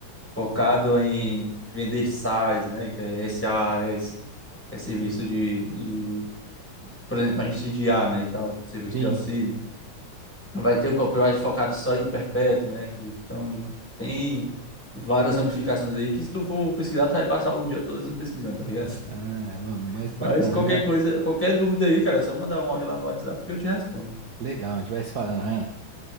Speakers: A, in the centre; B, on the right.
A: focado em vender SaaS, né, que é SaaS, que é serviço de, de, por exemplo, a gente de IA, né, e tal, serviço
B: Sim.
A: de auxílio. vai ter o copyright focado só em perpétuo, né? Então, tem várias ramificações aí que se tu for pesquisar, tu vai passar o dia todo assim pesquisando, tá ligado?
B: Ah, mas
A: <laughs>
B: bacana
A: Mas qualquer
B: já.
A: coisa, qualquer dúvida aí, cara, é só mandar um áudio lá no WhatsApp que eu te respondo.
B: Legal, a gente vai se falando, Ryan.